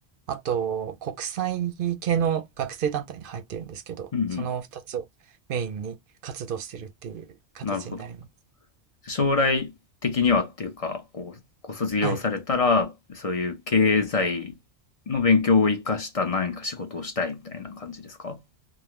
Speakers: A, on the right; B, on the left.
A: あと、国際系の学生団体に入ってるんですけど、
B: うんうん。
A: その2つをメインに活動してるっていう形になります。
B: なるほど。将来的にはっていうか、こう、ご卒業されたら、
A: はい。
B: そういう経済の勉強を生かした何か仕事をしたいみたいな感じですか